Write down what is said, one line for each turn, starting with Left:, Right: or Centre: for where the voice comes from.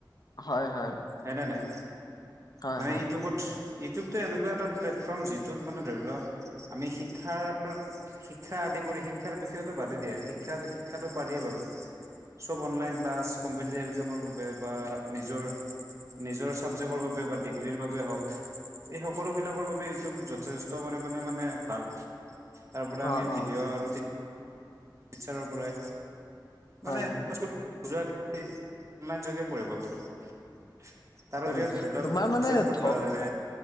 Left: হয় হয়।
Right: হে নে নাই?
Left: হয়
Right: মানে
Left: হয়
Right: ইউটিউবত ইউটিউবটো এনেকুৱা এটা প্লেটফৰ্ম যিটোত মানে ধৰি লও আমি শিক্ষাৰ শিক্ষা আদি কৰি শিক্ষাৰ বিষয়তো বাদে দিয়া শিক্ষা শিক্ষাটো পাৰিয়ে বাৰু। চব অনলাইন ক্লাছ, কম্পিটিভ একজামৰ বাবে বা নিজৰ নিজৰ ছাবজেক্টৰ বাবে বা ডিগ্ৰীৰ বাবে হওক এই সকলোবিলাকৰ বাবে ইটো যথেষ ট পৰিমাণে মানে ভাল তাৰ পৰা
Left: অ
Right: আমি
Left: অ
Right: ভিডিঅ' আৰু টিচাৰৰ পৰাই
Left: হয়
Right: মানে
Left: হয়
Right: পাছবু যোৱাই এই অনলাইন যোগে পঢ়িব পাৰো। তাৰ জৰিয়তে
Left: উম
Right: ধৰি লক
Left: তোমাৰ
Right: নিজৰ
Left: মানে
Right: ওপৰট
Left: ধ
Right: বা যেনে